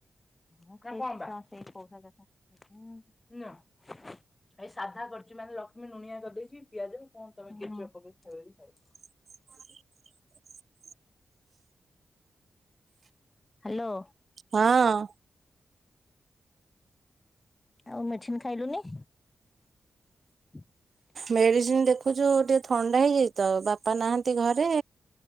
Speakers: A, on the left; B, on the right.
A: <unintelligible> ଏଇ ସାଧା କରିଚି ମାନେ ଲକ୍ଷ୍ମୀ ଲୁଣିଆ କରିଦେଇଚି ପିଆଜ ହଁ ହଁ କଣ ତମେ କେଚପ୍ ପକେଇ ଖାଇବ ଯଦି ଖାଇବ।
B: <inaudible>
A: ହାଲୋ।
B: ହଁ।
A: ଆଉ ମେଡ଼ିସିନ୍ ଖାଇଲୁନି? <inaudible>
B: ମେଡ଼ିସିନ୍ ଦେଖୁଛୁ ଟିକେ ଥଣ୍ଡା ହେଇଯାଇଚିତ ବାପା ନାହାନ୍ତି ଘରେ